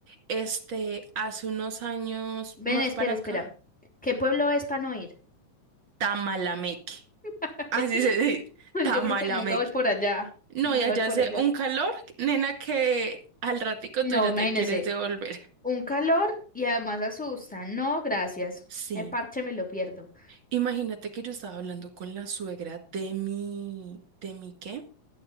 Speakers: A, on the right; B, in the centre.
A: este, hace unos años
B: Ven,
A: más
B: espera,
A: para acá,
B: espera. ¿Qué pueblo es para no ir?
A: Tamalameque.
B: <laughs>
A: Así se dice, Tamalameque.
B: Yo creo que nunca voy por allá.
A: No,
B: Nunca
A: y allá
B: voy por
A: hace
B: allá.
A: un calor, nena, que al ratico tú
B: No,
A: ya
B: imagínese.
A: te quieres devolver.
B: Un calor y además asusta. No, gracias.
A: Sí,
B: El parche me lo pierdo.
A: imagínate que yo estaba hablando con la suegra de mi, ¿de mi qué?